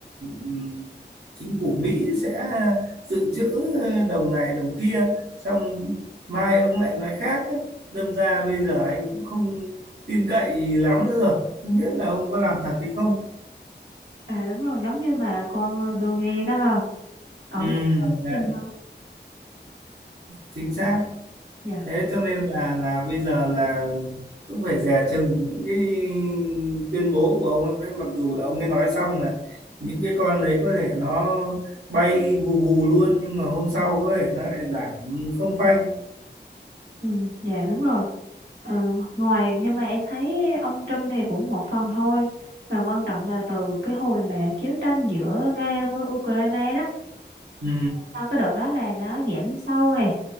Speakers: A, on the right (about 60°); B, on the right (about 80°).
A: ừm, chính phủ Mỹ sẽ dự trữ đồng này đồng kia xong mai ông lại nói khác ấy. Đâm ra bây giờ anh cũng không tin cậy lắm nữa rồi không biết là ông có làm thật hay không
B: À đúng rồi, giống như mà con ờ, đô ghê đó ha. Ổng
A: ừ
B: một giờ cũng
A: đấy
B: tin không?
A: chính xác
B: Dạ.
A: thế cho nên là là bây giờ là cũng phải dè chừng những cái tuyên bố của ông ấy mặc dù là ông ấy nói xong là những cái con đấy có thể nó bay vù vù luôn nhưng mà hôm sau có thể nó lại giảm không phanh
B: Ừ, dạ đúng rồi. Ờ, ngoài nhưng mà em thấy ông Trump thì cũng một phần thôi. Mà quan trọng là từ cái hồi mà chiến tranh giữa Nga với Ukraine đó.
A: ừ.
B: Sau cái đợt đó là nó giảm sâu này